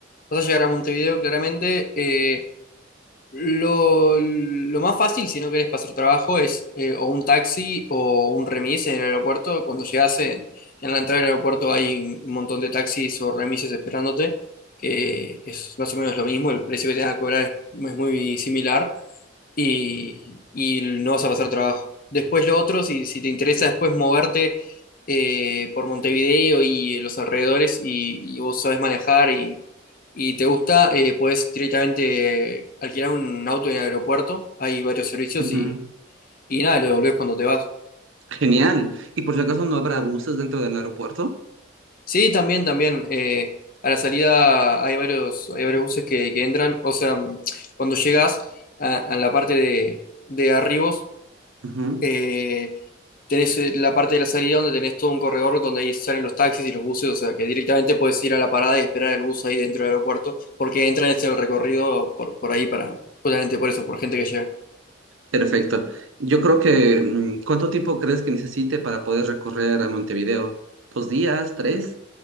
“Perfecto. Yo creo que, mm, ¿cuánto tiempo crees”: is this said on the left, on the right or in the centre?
Right